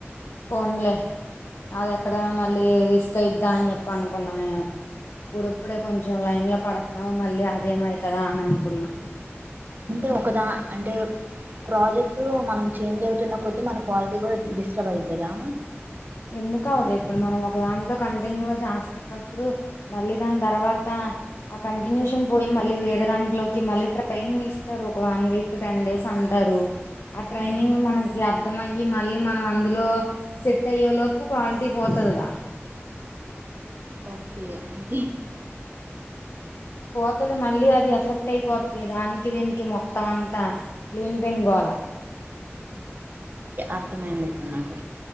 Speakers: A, on the left (about 65°); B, on the right (about 45°).
A: ఫోన్లే అది ఎక్కడ మళ్ళీ రిస్క్ అయిద్దా అని చెప్ప అనుకున్నా నేను ఇప్పుడిప్పుడే కొంచెం లైన్ లో పడత్న్నావు మళ్ళీ అదేమైతద అని అనుకున్నా
B: అంటే ఒకదా అంటే ప్రాజెక్ట్ మనం చేంజ్ అవుతున్న కొద్దీ మన క్వాలిటీ కూడా డిస్టర్బ్ అయితదా
A: ఎందుకవదు ఇప్పుడు మనం ఒక దాంట్లో కంటిన్యూగా చేస్తన్నప్పుడు మళ్ళీ దాని తర్వాత ఆ కంటిన్యూషన్ పోయి మళ్ళీ వేరే దాంట్లోకి మళ్ళీ ట్రైనింగ్ ఇస్తారు ఒక వన్ వీక్ టెన్ డేస్ అంటరు ఆ ట్రైనింగ్
B: ఉమ్,
A: మనకి అ అర్థమయ్యి మళ్ళీ మనం అందులో సెట్ తయ్యలోపు క్వాలిటీ పోతుందిగా
B: ఓకే అంత
A: పోతుది మళ్ళీ అది ఎఫెక్ట్ అయిపోతుది దానికి దీనికి మొత్తం అంతా కలీన్ పెన్ గోల
B: అర్థమయ్యింది ఇక్కడ నాకు